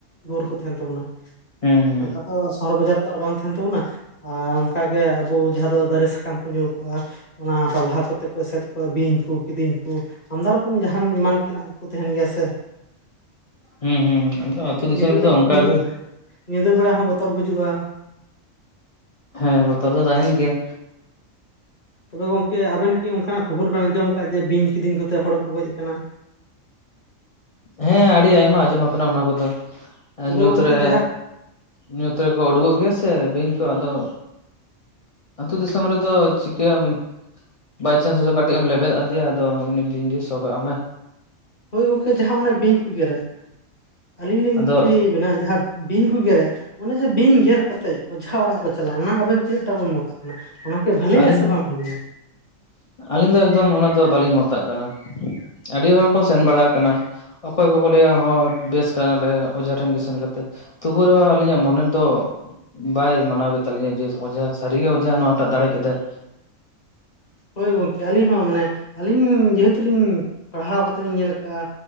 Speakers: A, on the left; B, on the left.
A: ᱫᱩᱣᱟᱹᱨ ᱠᱚ ᱛᱟᱦᱮᱱ ᱛᱟᱵᱚᱱᱟ᱾
B: ᱦᱩᱸ᱾
A: ᱚᱱᱠᱟ ᱛᱚ ᱥᱚᱦᱚᱨ ᱵᱟᱡᱟᱨ ᱛᱚ ᱟᱨ ᱵᱟᱝ ᱛᱟᱦᱮᱱ ᱛᱟᱵᱚᱱᱟ᱾ ᱟᱨ ᱚᱝᱠᱟ ᱜᱮ ᱟᱵᱚ ᱡᱟᱦᱟᱸ ᱫᱚ ᱫᱟᱨᱮ ᱥᱟᱠᱟᱢ ᱠᱚ ᱧᱩᱨ ᱠᱚᱜᱼᱟ᱾ ᱚᱱᱟ ᱯᱟᱞᱦᱟ ᱠᱚᱛᱮ ᱠᱚ ᱮᱥᱮᱫ ᱠᱚᱜᱼᱟ ᱵᱤᱧ ᱠᱩ ᱠᱤᱫᱤᱧ ᱠᱩ᱾ ᱟᱢᱫᱟ ᱨᱚᱠᱚᱢ ᱡᱟᱦᱟᱱ ᱮᱢᱟᱱ ᱛᱮᱱᱟᱜ ᱠᱚᱠᱚ ᱛᱟᱦᱮᱱ ᱜᱮᱭᱟ ᱥᱮ᱾
B: ᱦᱩᱸ ᱦᱩᱸ ᱟᱫᱚ ᱟᱹᱛᱩ ᱫᱤᱥᱚᱢ
A: ᱧᱤᱫᱟᱹ
B: ᱨᱮᱫᱚ
A: ᱵᱮᱲᱟ
B: ᱚᱝᱠᱟ
A: ᱧᱤᱫᱟᱹ
B: ᱜᱮ᱾
A: ᱧᱤᱫᱟᱹ ᱵᱮᱲᱟ ᱦᱚᱸ ᱵᱚᱛᱚᱨ ᱵᱩᱡᱩᱜᱼᱟ᱾
B: ᱦᱮᱸ ᱵᱚᱛᱚᱨ ᱫᱚ ᱛᱟᱦᱮᱸᱱ ᱜᱮᱭᱟ᱾
A: ᱛᱚᱵᱮ ᱜᱚᱢᱠᱮ ᱟᱵᱮᱱ ᱠᱤ ᱚᱱᱠᱟᱱᱟᱜ ᱠᱷᱚᱵᱚᱨ ᱵᱮᱱ ᱟᱸᱡᱚᱢ ᱟᱠᱟᱜ-ᱟ ᱡᱮ ᱵᱤᱧ ᱠᱤᱫᱤᱧ ᱠᱚᱛᱮ ᱦᱚᱲ ᱠᱚ ᱜᱚᱡ ᱠᱟᱱᱟ?
B: ᱦᱮᱸ ᱟᱹᱰᱤ ᱟᱭᱢᱟ ᱟᱸᱡᱚᱢ ᱟᱠᱟᱱᱟ ᱚᱱᱟ ᱠᱚᱫᱚ
A: ᱛᱚᱵᱮ
B: ᱧᱩᱛᱨᱮᱼᱼ
A: ᱜᱚᱝᱠᱮ ᱡᱟᱦᱟᱸ
B: ᱧᱩᱛ ᱨᱮᱠᱚ ᱩᱰᱩᱠᱚᱜ ᱜᱮᱭᱟ ᱥᱮ ᱵᱤᱧ ᱠᱚ ᱟᱫᱚᱼᱼ ᱟᱹᱛᱩ ᱫᱤᱥᱚᱢ ᱨᱮᱫᱚ ᱪᱤᱠᱟᱹᱭᱟᱢᱼᱼ ᱵᱟᱭ ᱪᱟᱱᱥ ᱠᱟᱹᱴᱤᱡ ᱮᱢ ᱞᱮᱵᱮᱫ ᱟᱫᱮᱭᱟ, ᱟᱫᱚ ᱩᱱᱤ ᱵᱤᱝ ᱥᱚᱜᱟᱜ ᱟᱢᱟᱭ᱾
A: ᱦᱳᱭ ᱜᱚᱝᱠᱮ ᱡᱟᱦᱟᱸ ᱚᱱᱟ ᱵᱤᱧ ᱠᱚ ᱜᱮᱨᱮ ᱟᱹᱞᱤᱧ ᱞᱤᱧ
B: ᱟᱫᱚ
A: ᱠᱩᱞᱤᱭᱮᱫᱼᱼ ᱢᱮᱱᱟᱜᱼᱟ ᱡᱟᱦᱟᱸ ᱵᱤᱧ ᱠᱚ ᱜᱮᱨᱮ᱾ ᱚᱱᱮ ᱡᱮ ᱵᱤᱧ ᱜᱮᱨ ᱠᱟᱛᱮ ᱚᱡᱷᱟᱜ ᱚᱲᱟᱜ ᱠᱚ ᱪᱟᱞᱟᱜ-ᱟ ᱚᱱᱟ ᱟᱵᱮᱱ ᱛᱤᱱᱟᱹᱜ ᱴᱟ ᱵᱮᱱ ᱢᱚᱛᱟ? ᱚᱱᱟᱠᱤ ᱵᱷᱟᱹᱞᱮᱭᱟ
B: ᱟᱹᱞᱤᱧ
A: ᱥᱮ ᱵᱟᱝ ᱵᱷᱟᱹᱞᱮᱭᱟ?
B: ᱟᱹᱞᱤᱧ ᱫᱚ ᱮᱠᱫᱚᱢ ᱚᱱᱟ ᱫᱚ ᱵᱟᱹᱞᱤᱧ ᱢᱚᱛᱟᱜ ᱠᱟᱱᱟ, ᱟᱹᱰᱤ ᱦᱚᱲᱠᱚ ᱥᱮᱱ ᱵᱟᱲᱟ ᱠᱟᱱᱟᱼᱼ ᱚᱠᱚᱭ ᱠᱚᱠᱚ ᱞᱟᱹᱭᱟ ᱦᱚᱸ ᱵᱮᱥ ᱦᱚᱸ ᱠᱟᱜ-ᱟ ᱞᱮ ᱚᱡᱷᱟ ᱴᱷᱮᱱ ᱜᱮ ᱥᱮᱱ ᱠᱟᱛᱮ᱾ ᱛᱚᱵᱩ ᱨᱮᱦᱚᱸ ᱟᱹᱞᱤᱧᱟᱜ ᱢᱚᱱᱮ ᱫᱚᱼᱼ ᱵᱟᱭ ᱢᱟᱱᱟᱣ ᱜᱮᱛᱟᱞᱤᱧᱟ ᱡᱮ ᱚᱡᱷᱟ ᱥᱟᱹᱨᱤᱜᱮ ᱚᱡᱷᱟ ᱱᱚᱣᱟ ᱴᱟᱜ ᱫᱟᱲᱮ ᱠᱮᱫᱟᱭ᱾
A: ᱦᱳᱭ ᱜᱚᱢᱠᱮ ᱟᱹᱞᱤᱧ ᱦᱚᱸ ᱢᱟᱱᱮ ᱟᱹᱞᱤᱧ ᱡᱮᱦᱮᱛᱩ ᱞᱤᱧ ᱯᱟᱲᱦᱟᱣ ᱠᱟᱛᱮ ᱞᱤᱧ ᱧᱮᱞ ᱟᱠᱟᱜᱼᱟ᱾